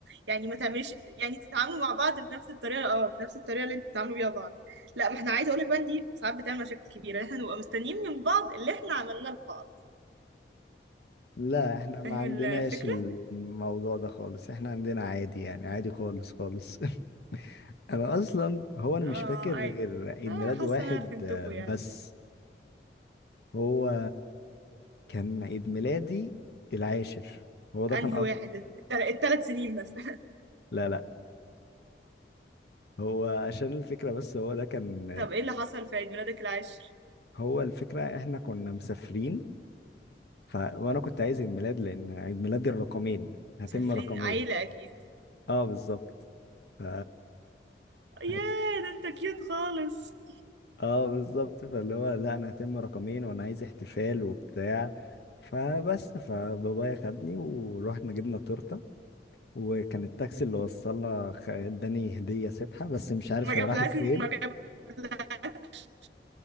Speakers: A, on the right; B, on the left.
A: يعني ما تعمليش يعني تتعاملوا مع بعض بنفس الطريقه اه بنفس الطريقه اللي انتوا بتتعاملوا بيها بعض لا ما احنا عايزه اقول لك بقى إن دي ساعات بتعمل مشاكل كبيره احنا نبقى مستنيين من بعض اللي احنا عملناه لبعض
B: لا احنا
A: فاهم
B: ما عندناش
A: الفكره
B: الموضوع ده خالص احنا عندنا عادي يعني عادي خالص خالص <laughs> انا اصلا هو انا
A: اه
B: مش فاكر
A: عادي
B: غير عيد
A: اه
B: ميلاد
A: حاسه
B: واحد
A: إن انا فهمتكوا
B: آه،
A: يعني
B: بس هو كان عيد ميلادي العاشر هو ده
A: انهي
B: كان اكتر
A: واحد التل... التلات سنين مثلا
B: لا لا هو عشان الفكرة بس هو ده كان
A: <laughs> طب ايه اللي حصل في عيد ميلادك العاشر
B: هو الفكرة احنا كنا مسافرين ف... وانا كنت عايز عيد ميلاد لان عيد ميلادي الرقمين هتم
A: مسافرين
B: رقمين
A: عيله اكيد
B: اه بالظبط ف
A: ياه
B: هت...
A: ده انت كيوت خالص
B: اه بالظبط فاللي هو لا انا هتم رقمين وانا عايز احتفال وبتاع فبس فبابايا خدني ورحنا جبنا تورته وكان التاكسي اللي وصلنا خ- اداني هديه سبحه بس مش عارف
A: ما جابلك
B: هي راحت فين
A: ما جابلكش